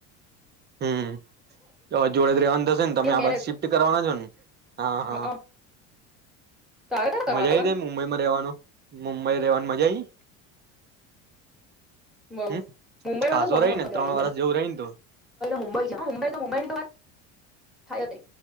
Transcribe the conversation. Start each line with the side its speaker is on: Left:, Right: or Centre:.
Right: હમ જોડે જ રહેવાનું થશે ને
Centre: ઇન્ડિયન
Right: તમે આ
Centre: મેરેજ
Right: બાજુ શિફ્ટ કરવાના છો ને <inaudible> હા હા
Centre: હઅ તારે ક્યાં કરવાના
Right: મજા આવી
Centre: લગન
Right: હતી મુંબઈમાં રહેવાનું મુંબઈ રેવાની મજા આઈ?
Centre: હંઅ બઉ
Right: હમ
Centre: મુંબઈમાં
Right: ખાસો
Centre: તો બઉ
Right: રહી
Centre: મજા
Right: ને ત્રણ
Centre: આઈ મ
Right: વરસ જેવું રહી ને તું
Centre: મુંબઈ <unintelligible> મુંબઈ તો મુંબઈની વાત થાય તે